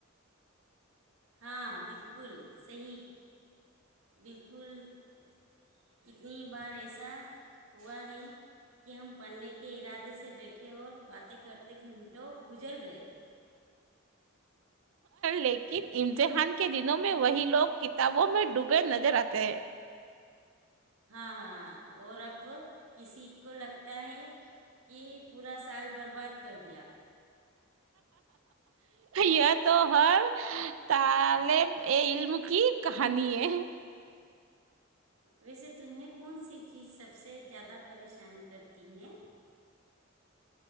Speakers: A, on the right; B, on the right.
A: ہاں بالکل صی بالکل <inaudible> اتنی بار ایسا ہوا ہے کہ ہم پڑھنے کے ارادے سے بیٹھے اور باتیں کرتے گھنٹوں گزر گئے
B: لیکن امتحان کے دنوں میں وہی لوگ کتابوں میں ڈوبے نظر آتے ہیں
A: ہاں ہاں اور اب کسی کو لگتا ہے کہ پورا سال برباد کر دیا
B: یہ تو ہر تالب ا علم کی کہانی ہے
A: ویسے تمہیں کون سی چیز سب سے زیادہ پریشان کرتی ہے